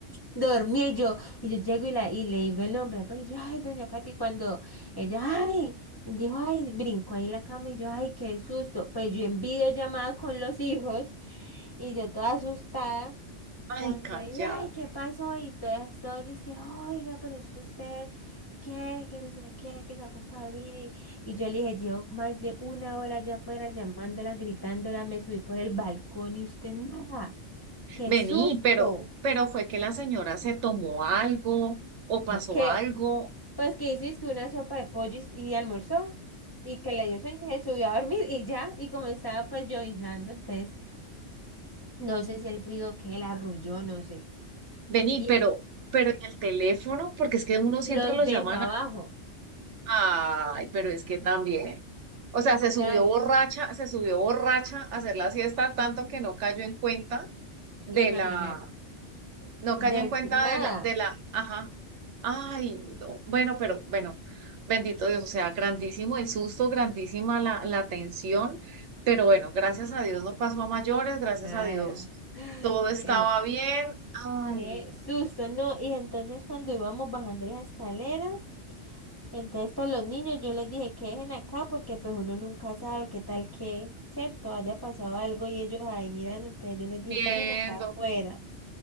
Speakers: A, on the left; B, on the right.
A: Dormí y yo, y yo llego y, la, y le digo el nombre, pues y yo, ay, doña Katy, cuando ella, ay, dijo, ay, brincó ahí en la cama y yo, ay, qué susto, pues yo en videollamada con los hijos y yo toda asustada,
B: Ay,
A: cuando
B: cállate.
A: ella, ay, ¿qué pasó? Y todas, todas, es que, oiga, pero es que usted, ¿qué? Que no sé qué, que se acuesta a dormir y, y yo le dije, llevo más de una hora allá afuera llamándola, gritándola, me subí por el balcón y usted nada, qué
B: Vení,
A: susto,
B: pero, pero fue que la señora se tomó algo o pasó
A: que
B: algo.
A: Pues que hizo es que una sopa de pollo y y almorzó y que le dio sueño y se subió a dormir y ya, y como estaba pues lloviznando, entonces no sé si el frío que la arrulló, no sé.
B: Vení,
A: Y
B: pero, pero en el teléfono, porque es que uno siempre
A: los
B: lo
A: dejó
B: llaman
A: abajo,
B: al- Ay, pero es que también. O sea, se
A: claro,
B: subió borracha, se subió borracha a hacer la siesta tanto que no cayó en cuenta de
A: imagínate.
B: la, no
A: Del
B: cayó en cuenta
A: nada,
B: de la, de la, ajá, Ay, no. Bueno, pero bueno, bendito Dios, o sea, grandísimo el susto, grandísima la, la tensión, pero bueno, gracias a Dios no pasó a mayores, gracias
A: nada.
B: a Dios
A: Ay,
B: todo estaba
A: pero
B: bien. Ay,
A: Qué
B: no,
A: susto, ¿no? Y entonces cuando íbamos bajando las escaleras, entonces pues los niños yo les dije que dejen acá porque pues uno nunca sabe qué tal que, ¿cierto? Haya pasado algo y ellos ahí miran, entonces yo les dije
B: viendo.
A: que dejen acá afuera.